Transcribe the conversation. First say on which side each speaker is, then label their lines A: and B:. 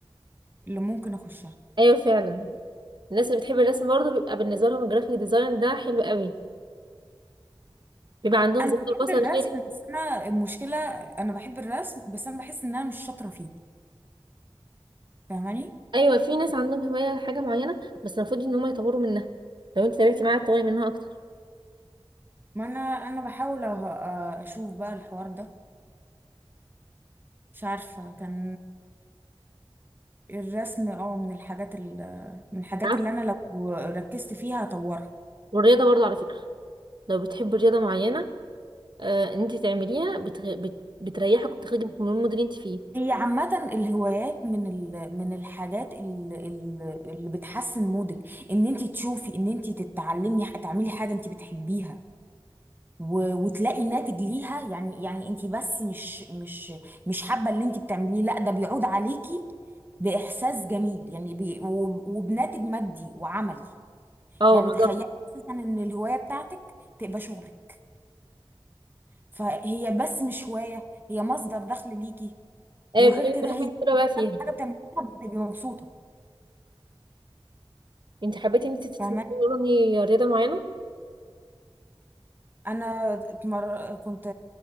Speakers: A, on the right; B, on the right.
A: اللي ممكن اخشها
B: ايوه فعلا الناس اللي بتحب الرسم برضه بيبقى بالنسبه لهم الجرافيك ديزاين ده حلو قوي بيبقى عندهم
A: انا
B: ذكاء
A: بحب
B: بصري
A: الرسم
B: غير <laughs>
A: بس انا المشكلة انا بحب الرسم بس انا بحس ان انا مش شاطرة فيه فاهماني
B: ايوه في ناس عندهم هوايه لحاجه معينه بس المفروض ان هم يطوروا منها لو انت تابعتي معاها تطوري منها اكتر
A: ما انا انا بحاول أه- أه، اشوف بقى الحوار ده مش عارفة كان الرسم اه من الحاجات ال من الحاجات
B: عارفة؟
A: اللي انا لو ركزت فيها هطورها
B: والرياضه برضه على فكره لو بتحب رياضه معينه آه انت تعمليها بتغ... بت... بتريحك وبتخرجك من المود اللي انت فيه
A: هي عامة الهوايات من ال من الحاجات ال- ال- اللي بتحسن مودك ان انت تشوفي ان انت تتعلمي ح- تعملي حاجة انت بتحبيها و- وتلاقي ناتج ليها يعني يعني انت بس مش مش مش حابة اللي انت بتعمليه لا ده بيعود عليكي بإحساس جميل يعني بي وب- وبناتج مادي وعملي
B: اه
A: يعني
B: بالظبط
A: تخيلي اساسا ان الهوايه بتاعتك تبقى شغلك فهي بس مش هوايه هي مصدر دخل ليكي
B: ايوه
A: وغير
B: بتعملي كل
A: كده هي
B: حاجه حلوه بقى فيها
A: حاجه بتعمليها بتبقي مبسوطة
B: انت حبيتي انت تتمرني
A: فاهماني
B: رياضه معينه
A: انا اتمر... كنت